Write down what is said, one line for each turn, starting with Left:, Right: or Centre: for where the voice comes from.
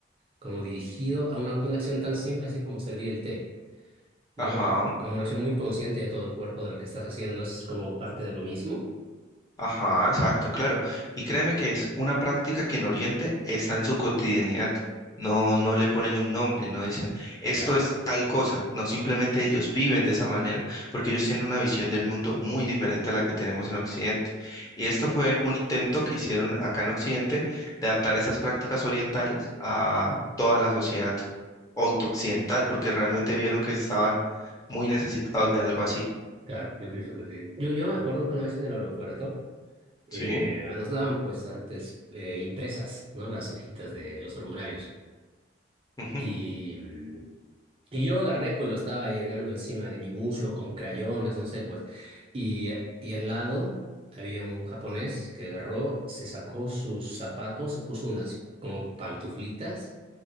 Right: como dirigido a una, una acción tan simple así como servir el té, ¿no?
Left: Ajá.
Right: Como una acción muy consciente de todo el cuerpo, de lo que estás haciendo, es como parte de lo mismo.
Left: Ajá, exacto, claro. Y créeme que es una práctica que en Oriente está en su cotidianidad. No, no le ponen un nombre, no dicen esto
Right: Claro,
Left: es tal cosa. No, simplemente ellos viven de esa manera, porque ellos tienen una visión del mundo muy diferente a la que tenemos en Occidente. Y esto
Right: claro,
Left: fue un intento que hicieron acá en Occidente de adaptar esas prácticas orientales a toda la sociedad oct- occidental, porque realmente vieron que estaban muy necesitados de algo así.
Right: claro, yo pienso que sí. Yo, yo me acuerdo que una vez en el aeropuerto, eh,
Left: Sí,
Right: ah, nos daban pues antes eh, impresas, ¿no? Las hojitas de los formularios.
Left: ujú,
Right: Y, mm, y yo agarré, pues lo estaba llenando encima de mi muslo con crayones, no sé, pues. Y, y al lado había un japonés que agarró, se sacó sus zapatos, se puso unas como pantuflitas.